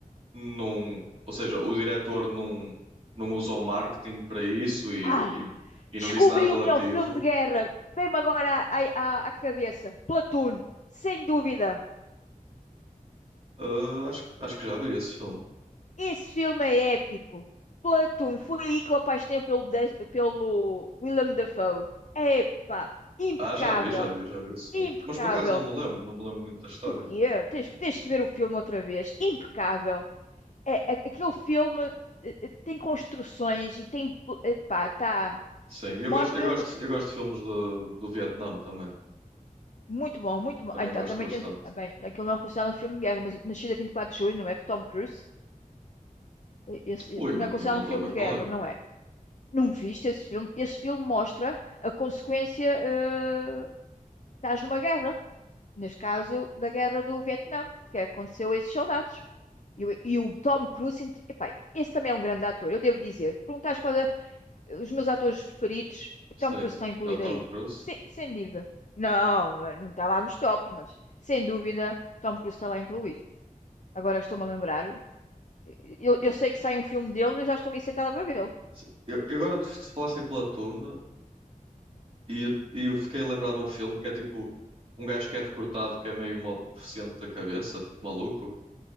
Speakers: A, on the right; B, on the left.
A: não. Ou seja, o diretor não, não usou marketing para isso e,
B: Ai,
A: e, e não
B: descobri
A: disse nada relativo.
B: o melhor filme de guerra. Vem-me agora à, à, à cabeça. Platoon, sem dúvida.
A: Ah, acho, acho que já vi esse filme.
B: Esse filme é épico. Platoon, foi aí que eu apaixonei pelo, De- pelo Willem Dafoe. Epá, impecável,
A: Ah, já vi, já vi, já vi esse filme.
B: impecável.
A: Mas por acaso não me lembro, não me lembro muito da história.
B: O quê? Tens, que- tens que ver o filme outra vez. Impecável. É, a- aquele filme eh, eh, tem construções e tem, pl- eh, pá, tá,
A: Sim, eu
B: mostra
A: gosto, eu gosto,
B: o que-
A: eu gosto de filmes do, do Vietnã também.
B: muito bom, muito bom.
A: Também
B: Ah, Então,
A: gosto
B: também
A: bastante.
B: tens, o- ah, bem, aquilo não é considerado um filme de guerra, mas Nascida vinte e quatro de Julho, não é? Com Tom Cruise, eh, esse,
A: Ui,
B: eh, não
A: não
B: é
A: con-
B: considerado
A: não estou
B: um filme
A: a ver
B: de
A: qual
B: guerra,
A: é.
B: não é? Não viste esse filme? Esse filme mostra a consequência, eh, estás numa guerra. Neste caso, da guerra do Vietnã, que aconteceu a esses soldados. E, o e o Tom Cruise, inter- epá, esse também é um grande ator, eu devo dizer. Perguntaste qual é os meus atores preferidos, o
A: Sim,
B: Tom Cruise está incluído
A: é é o Tom
B: aí.
A: Cruise.
B: Sem, sem dúvida. Não, não é- não está lá nos tops, mas sem dúvida, o Tom Cruise está lá incluído. Agora estou-me a lembrar. Eu, eu sei que sai um filme dele e eu já estou ali sentada para vê-lo.
A: Sim. Eu, eu agora, se falassem pela turno, e eu, e eu fiquei lembrado de um filme que é tipo um gajo que é recrutado, que é meio mal- deficiente da cabeça, tipo maluco,